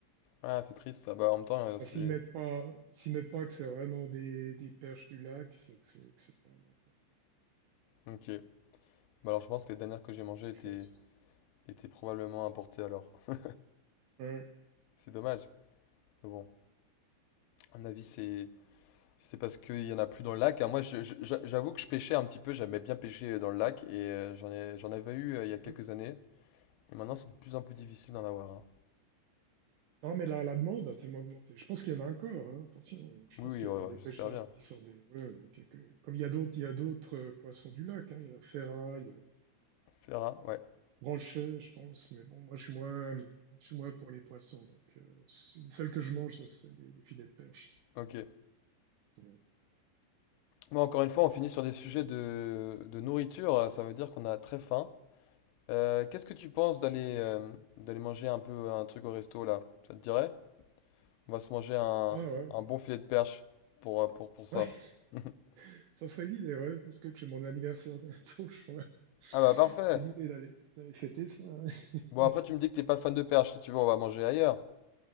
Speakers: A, on the left; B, on the right.
A: Ah, c'est triste. Ah bah, en même temps, euh,
B: Ah,
A: c'est...
B: S'ils mettent pas, s'ils mettent pas que c'est vraiment des, des perches du lac, c'est que c'est que c'est probablement importé,
A: Ok. Bah alors, je pense que les dernières que j'ai mangées étaient...
B: je pense.
A: étaient probablement importées alors. <laughs>
B: Ouais,
A: C'est dommage. Mais bon, à mon avis, c'est... C'est parce qu'il y en a plus dans le lac. hein. Moi, je- je- j'a- j'avoue que je pêchais un petit peu. J'aimais bien pêcher dans le lac. Et euh, j'en ai... j'en avais eu euh, il y a quelques
B: ouais,
A: années. Et maintenant,
B: ouais.
A: c'est de plus en plus difficile d'en avoir. hein.
B: Non, mais la, la demande a tellement augmenté. Je pense qu'il y en a encore, hein, attention. Je
A: Oui,
B: pense qu'il
A: oui, ouais,
B: y a encore
A: ouais,
B: des
A: j'espère
B: pêcheurs
A: bien.
B: qui sortent des. ouais, donc, que- comme il y a d'autres, il y a d'autres euh, poissons du lac. hein. Il y a la ferraille.
A: Fera, ouais.
B: branché, je pense, mais bon, moi, je suis moins, je suis moins pour les poissons. Donc, euh, c- les seuls que je mange, ça, c'est les, les filets de perche.
A: Ok.
B: justement.
A: Bon, encore une fois, on finit sur des sujets
B: Donc, euh,
A: de, de nourriture. Ça veut dire qu'on a très faim. Euh, qu'est-ce que tu penses d'aller euh, d'aller manger un peu un truc au resto là? Ça te dirait? On va se manger un,
B: ah ouais,
A: un bon filet de perche pour, euh, pour, pour ça.
B: ouais,
A: <laughs>
B: <laughs> ça serait une idée, ouais, parce que j'ai mon anniversaire bientôt, je crois. <laughs>
A: Ah bah parfait.
B: C'est l'idée d'aller d'aller fêter ça. hein. <laughs>
A: Bon après tu me dis que t'es pas fan de perche, si tu veux on va manger ailleurs.